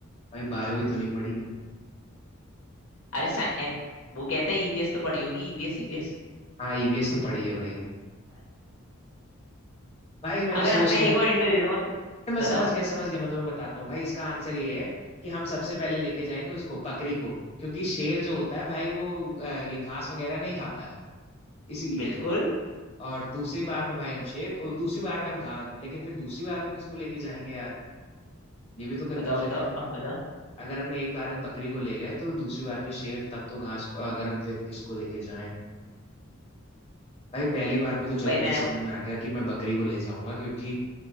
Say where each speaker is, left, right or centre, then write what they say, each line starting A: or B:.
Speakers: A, on the left (about 30°); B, on the left (about 80°).
A: भाई बायो ही तो नहीं पढ़ी
B: अरे साइ- एन, वो कहते हैं ईवीएस तो पढ़ी होगी ईवीएस ईवीएस
A: हाँ ईवीएस तो पढ़ी है भाई भाई मैंने
B: अगर
A: सोच
B: हम- मैं
A: लिया
B: एक और इंटरव्यू दे दूंगा तो
A: मैं
B: बताओ
A: समझ गया समझ गया मैं तुम्हें बताता हूँ भाई इसका आंसर ये है कि हम सबसे पहले लेके जाएंगे उसको बकरी को क्योंकि शेर जो होता है भाई वो अ, ये घास वगैरह नहीं खाता है इसीलिए
B: बिल्कुल
A: बिल्कुल और दूसरी बार में भाई हम शेर को दूसरी बार में हम घास लेकिन फिर दूसरी बार में किसको लेके जाएंगे यार ये भी तो कंफ्यूजन
B: बताओ बताओ
A: है
B: अब बताओ
A: अगर हमने एक बार में बकरी को ले गए तो दूसरी बार में शेर तब तो घास को अगर हम फिर किसको लेके जाएं भाई पहली बार में तो चलो
B: भाई
A: मुझे
B: मैंने
A: समझ में आ गया कि मैं बकरी को ले जाऊंगा क्योंकि